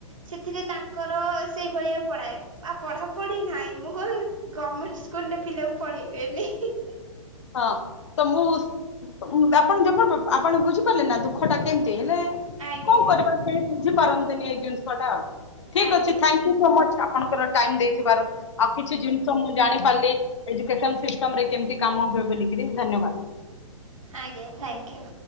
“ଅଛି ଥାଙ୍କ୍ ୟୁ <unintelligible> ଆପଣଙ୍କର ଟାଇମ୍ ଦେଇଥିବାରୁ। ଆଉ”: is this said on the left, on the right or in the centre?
Left